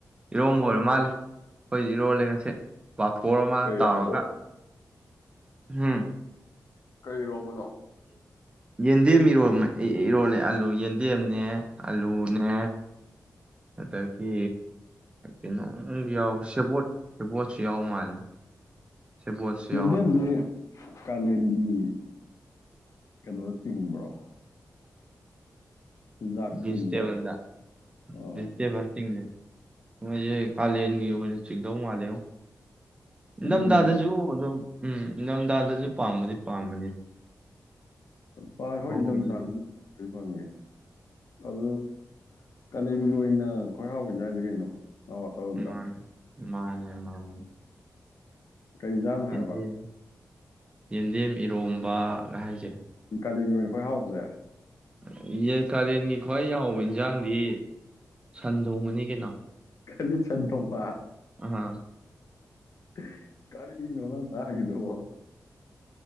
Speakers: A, on the right; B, on the left.
A: ꯏꯔꯣꯝꯕ ꯑꯣꯏꯔꯣ ꯃꯥꯜꯂꯦ ꯑꯩꯈꯣꯏꯗꯤ ꯏꯔꯣꯜꯂꯦ ꯉꯁꯦ ꯕꯥꯐꯣꯔ ꯑꯃꯒ
B: ꯀꯩ
A: ꯇꯥꯎꯔꯒ
B: ꯏꯔꯣꯝꯕ
A: ꯍꯝ
B: ꯀꯩꯔꯣ ꯂꯣ
A: ꯌꯦꯟꯗꯦꯝ ꯏꯔꯣ ꯏꯔꯣꯜꯂꯦ ꯑꯂꯨ ꯌꯦꯟꯗꯦꯝꯅꯦ ꯑꯂꯨꯅꯦ ꯑꯗꯒꯤ ꯀꯩꯅꯣꯨ ꯌꯥꯎ ꯁꯦꯕꯣꯠ ꯁꯦꯕꯣꯠꯁꯨ ꯌꯥꯎ ꯃꯥꯜꯂꯦ ꯁꯤꯕꯣꯠꯁꯤ
B: ꯌꯦꯟꯗꯦꯝꯖꯤ
A: ꯌꯥꯎꯔ
B: ꯀꯥꯂꯦꯟꯒꯤ ꯀꯩꯅꯣ ꯆꯤꯡꯕ꯭ꯔꯣ ꯆꯤꯟꯖꯥꯛꯇ
A: ꯚꯤꯖꯤꯇꯦꯕꯜꯗ
B: ꯆꯤꯡꯕ꯭ꯔꯣ ꯑꯥ
A: ꯚꯤꯖꯤꯇꯦꯕꯜ ꯆꯤꯡꯉꯦ ꯃꯣꯏꯖꯦ ꯀꯥꯂꯦꯟꯒꯤ ꯑꯣꯏꯅ ꯆꯤꯡꯗꯧ ꯃꯥꯜꯂꯦꯉꯣ
B: ꯌꯦꯟꯗꯦꯝꯖꯦ
A: ꯂꯝꯗꯥꯗꯖꯨ ꯑꯗꯨꯝ ꯎꯝ ꯅꯤꯡꯗꯝꯗꯥꯗꯖꯨ ꯄꯥꯝꯕꯗꯤ ꯄꯥꯝꯕꯅꯤ
B: ꯄꯥꯛ
A: ꯍ
B: ꯏꯪꯊꯝꯊꯥꯗ
A: ꯍꯣꯏ ꯑꯗꯨꯗꯤ
B: ꯂꯣꯏ ꯐꯪꯉꯦ ꯑꯗꯨꯖꯨ ꯀꯥꯂꯦꯟꯒꯤ ꯑꯣꯏꯅ ꯈ꯭ꯋꯥꯏ ꯍꯥꯎꯕ ꯏꯟꯖꯥꯡꯖꯦ ꯀꯩꯅꯣ ꯅꯪ ꯋꯥꯈꯜꯂꯣꯟꯗ
A: ꯃꯥꯅꯦ ꯃꯥꯅꯦ ꯃꯥꯅꯦ
B: ꯀꯩꯏꯟꯖꯥꯡꯅꯣ
A: ꯌꯦꯟꯗꯦꯝ
B: ꯍꯥꯏꯕ
A: ꯌꯦꯟꯗꯦꯝ ꯏꯔꯣꯝꯕ ꯒ ꯍꯥꯏꯖꯦ
B: ꯀꯥꯂꯦꯟꯒꯤ ꯑꯣꯏꯅ ꯈ꯭ꯋꯥꯏ ꯍꯥꯎꯕꯖꯦ
A: ꯑ ꯌꯦ ꯀꯥꯂꯦꯟꯒꯤ ꯈ꯭ꯋꯥꯏ ꯍꯥꯎꯕ ꯏꯟꯖꯥꯡꯗꯤ ꯁꯟꯗꯣꯡꯕꯅꯤ ꯀꯩꯅꯣ
B: ꯀꯔꯤ ꯁꯟꯊꯣꯛꯄ
A: ꯑꯥ
B: ꯍꯍ ꯀꯔꯤꯅꯣ ꯅꯪꯅ ꯉꯥꯡꯉꯤꯗꯨꯕꯣ